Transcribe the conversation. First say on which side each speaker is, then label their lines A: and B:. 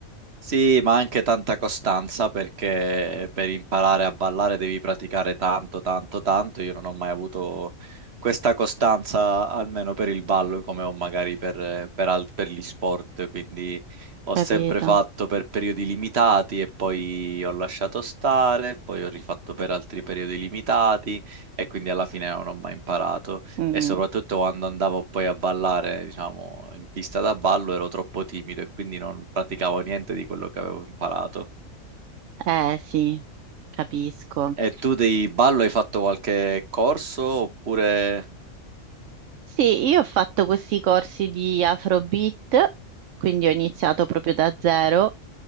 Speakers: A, on the right (about 50°); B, on the right (about 70°).
A: Sì, ma anche tanta costanza perché per imparare a ballare devi praticare tanto, tanto, tanto. Io non ho mai avuto questa costanza, almeno per il ballo, come ho magari per, per al- per gli sport. Quindi ho
B: capito?
A: sempre fatto per periodi limitati e poi ho lasciato stare, poi ho rifatto per altri periodi limitati e quindi alla fine non ho mai imparato.
B: Mm,
A: E soprattutto quando andavo poi a ballare, diciamo, in pista da ballo ero troppo timido e quindi non praticavo niente di quello che avevo imparato.
B: Eh sì, capisco.
A: E tu di ballo hai fatto qualche corso oppure...
B: Sì, io ho fatto questi corsi di Afrobeat, quindi ho iniziato proprio da zero